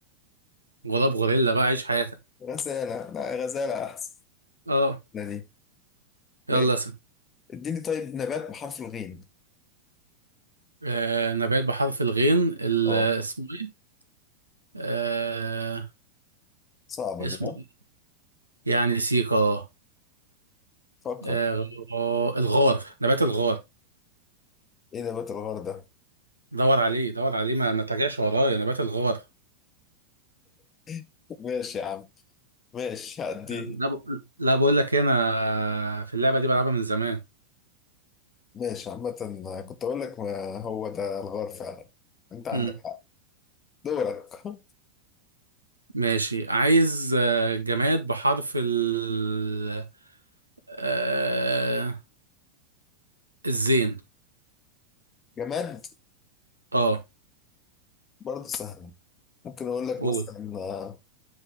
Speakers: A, on the right (about 80°); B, on the left (about 25°).
A: غراب غوريلا بقى عيش حياتك
B: غزالة لا غزالة احسن
A: اه
B: لا دي ماشي
A: يلا اسم
B: اديني طيب نبات بحرف الغين
A: آه، نبات بحرف الغين ال-
B: اه
A: اسمه ايه آه،
B: صعبة
A: اسمه
B: دي ها
A: ايه يعني سيكا اه
B: فكر
A: آه، الغار نبات الغار
B: ايه نبات الغار ده
A: دور عليه دور عليه ما, ما ترجعش ورايا نبات الغار
B: <laughs> ماشي يا عم ماشي هعديه
A: لا ب... لا بقول لك إيه، انا في اللعبه دي بلعبها من زمان
B: ماشي عامة كنت أقول لك ما هو ده الغار فعلا أنت عندك
A: امم
B: حق دورك <laughs>
A: ماشي عايز آه، جماد بحرف ال آه... الزين
B: جماد
A: اه
B: برضه سهلة ممكن أقول لك
A: قول
B: مثلا آه،